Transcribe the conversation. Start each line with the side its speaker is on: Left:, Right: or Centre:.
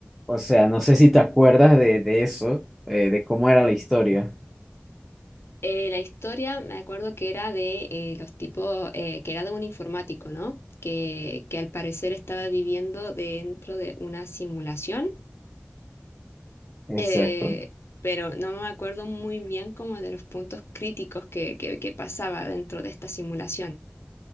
Centre: o sea, no sé si te acuerdas de, de eso, eh, de cómo era la historia.
Left: Eh, la historia me acuerdo que era de eh, los tipos, eh, que era de un informático, ¿no? Que, que al parecer estaba viviendo dentro de una simulación
Centre: Exacto.
Left: eh, pero no me acuerdo muy bien como de los puntos críticos que, que, que pasaba dentro de esta simulación.